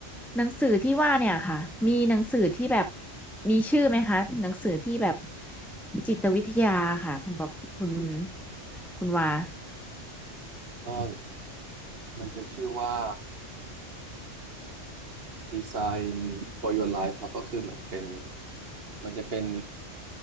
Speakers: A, in the centre; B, on the right (about 50°).
A: หนังสือที่ว่าเนี่ยค่ะมีหนังสือที่แบบมีชื่อไหมคะหนังสือที่แบบจิตวิทยาค่ะคุณบอกคุณคุณวา
B: ก็มันจะชื่อว่า Design for Your Life ครับก็คือเหมือนเป็น มันจะเป็น